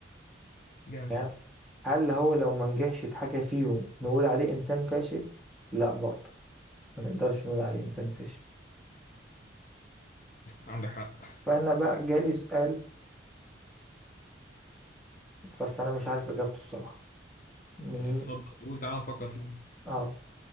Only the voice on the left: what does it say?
جامد
عندك حق
اتفضل قول تعالى نفكر فيه